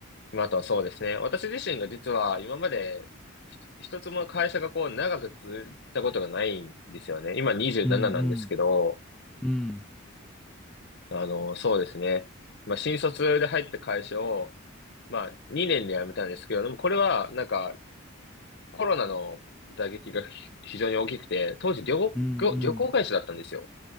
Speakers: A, on the left; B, in the centre.
A: まああとはそうですね。私自身が実は今までひと一つも会社がこう長く続いたことがないんですよね。今27なななんですけど、
B: うん。うん。
A: あの、そうですね。まあ新卒で入った会社を、まあ2年で辞めたんですけど、でもこれはなんかコロナの打撃が非非常に大きくて、当時旅行、
B: うん。
A: 旅旅行会社だったんですよ。